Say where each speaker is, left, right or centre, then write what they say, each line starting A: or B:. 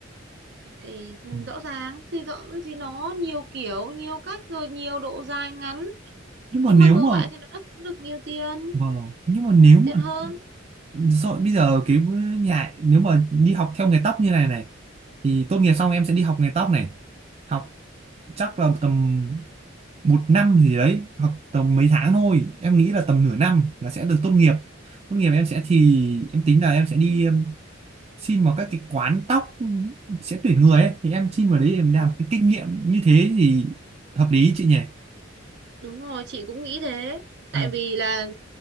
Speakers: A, on the right (about 60°); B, on the right (about 30°).
A: thì ừ,
B: Ừ.
A: rõ ràng thì rõ thì nó nhiều kiểu nhiều cách rồi nhiều độ dài ngắn
B: nhưng mà
A: nhưng
B: nếu
A: mà ngược
B: mà
A: lại thì nó đã kiếm được nhiều tiền
B: mà vâng nhưng mà nếu
A: nhiều
B: mà
A: tiền hơn
B: rồi bây giờ cái nhà nếu mà đi học theo nghề tóc như này này thì tốt nghiệp xong em sẽ đi học nghề tóc này học chắc là tầm một năm gì đấy học tầm mấy tháng thôi em nghĩ là tầm nửa năm là sẽ được tốt nghiệp tốt nghiệp em sẽ thì em tính là em sẽ đi xin vào các cái quán tóc sẽ tuyển người ấy thì em xin vào đấy em làm
A: đúng
B: cái kinh nghiệm như thế thì hợp lý chị nhỉ
A: Đúng rồi, chị cũng nghĩ thế. Tại
B: ừ.
A: vì là